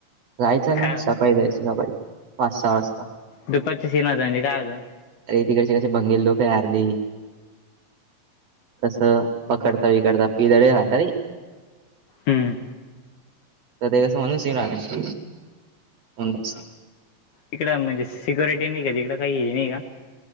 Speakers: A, on the right; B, on the left.
A: जायचं ना,
B: काय
A: सकाळी जायचं सकाळी. पाच-सहा वाजता.
B: दुपारची सीन <inaudible> काय होतं?
A: रे तिकडचे कसे बंगेल लोक ये आर्दे. कसं, पकडता-विकडता पिदळी राहतं रे
B: हम्म
A: तदह स म्हनुसी रागष्ट मनुस
B: तिकडं म्हणजे सिक्युरिटी नाही का? तिकडं काही हे नाही का?